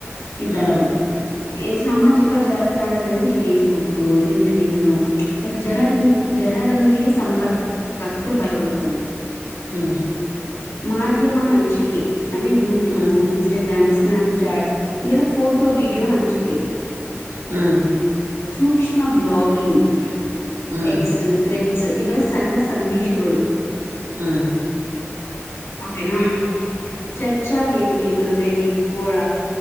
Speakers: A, on the left (about 85°); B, on the right (about 80°).
A: ಈಥರವು
B: ಹ್ಮ್
A: ಸಾಮಾಜಿಕ ಜಾಲತಾಣದಲ್ಲಿ ಫೇಸ್ಬುಕಲಿಂಕ್ಡ್ ಇನ್ನು ಲೈಕ್ ಜನರಿಂದ ಜನರೊಂದಿಗೆ ಸಂಪರ್ಕಕ್ಕೆ ಬರುವಂಥವು
B: ಹ್ಮ್
A: ಮಾಧ್ಯಮ ಹಂಚಿಕೆ ಅಂದರೆ ಯೂಟ್ಯೂಬು
B: ಹ್ಮ್
A: ಇನ್ಸ್ಟಾಗ್ರಾಮ್ ಸ್ನ್ಯಪ್ಚಾಟ್ ಇವಲ್ಲ ಫೋಟೋ ವೀಡಿಯೋ ಹಂಚಿಕೆ
B: ಹ್ಮ
A: ಸೂಕ್ಷ್ಮ ಬ್ಲಗಿಂಗ್
B: ಹ್ಮ್
A: ಎಕ್ಸ್ ಥ್ರೆಜ ಇವರ ಸಣ್ಣ ಸಂದೇಶಗಳು
B: ಹ್ಮ್
A: ೆನಾ ಚರ್ಚಾ ವೇದಿಕೆಗಳು ರೆಡಿಟ್ ಕೋಳ